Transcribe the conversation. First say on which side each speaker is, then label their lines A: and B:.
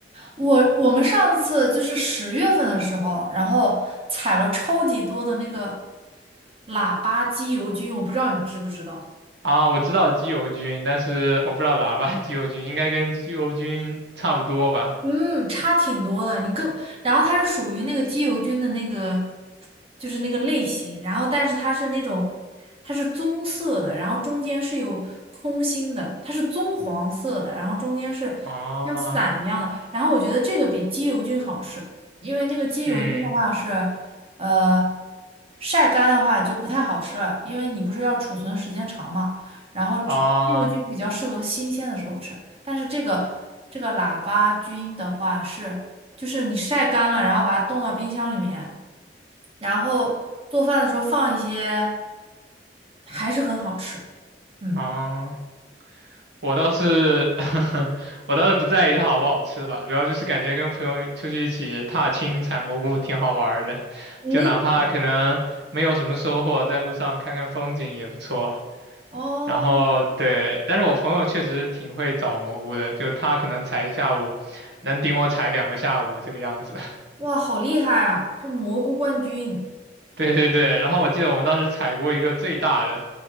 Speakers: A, on the right; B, on the right.
A: 我我们上次就是十月份的时候，然后采了超级多的那个喇叭机油菌，我不知道你知不知道。
B: 啊，我知道鸡油菌，但是我不知道喇叭 <laughs> 鸡油菌，应该跟鸡油菌差不多吧？
A: 嗯，差挺多的。你更，然后它是属于那个鸡油菌的那个，就是那个类型。然后，但是它是那种，它是棕色的，然后中间是有空心的，它是棕黄色的，然后中间是像伞一样的。
B: 啊，
A: 然后我觉得这个比鸡油菌好吃，因为那个鸡油菌的话是，
B: 嗯，
A: 呃，晒干的话就不太好吃了，因为你不是要储存时间长嘛。然后只鸡油菌比较适合新鲜的时候吃。
B: 啊
A: 但是这个这个喇叭菌的话是，就是你晒干了，然后把它冻到冰箱里面，然后做饭的时候放一些，还是很好吃。嗯，
B: 啊，我倒是 <laughs> 我倒是不在意它好不好吃吧，主要就是感觉跟朋友出去一起踏青采蘑菇挺好玩儿的，
A: 嗯，
B: 就哪怕可能没有什么收获，在路上看看风景也不错。
A: 哦，
B: 然后对，但是我朋友确实挺会找蘑菇的，就他可能采一下午，能顶我采两个下午这个样子。
A: 哇，好厉害啊！这蘑菇冠军，
B: 对对对，然后我记得我们当时采过一个最大的，